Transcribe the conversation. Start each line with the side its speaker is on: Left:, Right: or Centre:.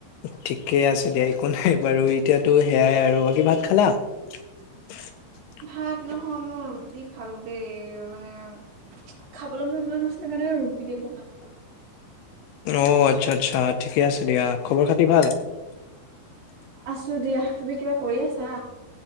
Left: ঠিকেই আছে দিয়া একো নাই বাৰু এতিয়াতো সেয়াই আৰু বাকী ভাত খালা? <inaudible>
Right: ভাত নহয় মই ৰুটি খালো দেই মানে- খাবলৈ মন যোৱা নাছিলে কাৰণে আৰু ৰুটিকে বনাই খাল
Left: অ আচ্ছা আচ্ছা ঠিকে আছে দিয়া খবৰ খাতি ভাল?
Right: আছো দিয়া তুমি কিবা কৰি আছা?